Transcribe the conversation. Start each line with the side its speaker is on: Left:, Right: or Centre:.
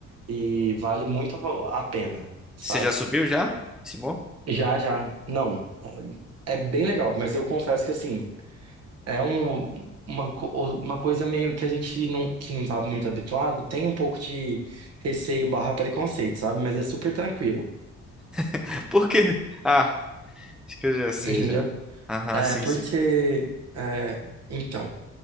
Right: E vale muito a pena, sabe?
Centre: Você já subiu já? Esse morro?
Right: Já, já. Não, é bem legal, mas eu confesso que assim. É um, uma, co- uma coisa meio que a gente não, que não tá muito habituado, tem um pouco de receio barra preconceito, sabe? Mas é super tranquilo,
Centre: <laughs> Por quê? Ah, acho que eu já sei
Right: entendeu?
Centre: já. Aham,
Right: É,
Centre: sim,
Right: por
Centre: sim.
Right: ser... é, então,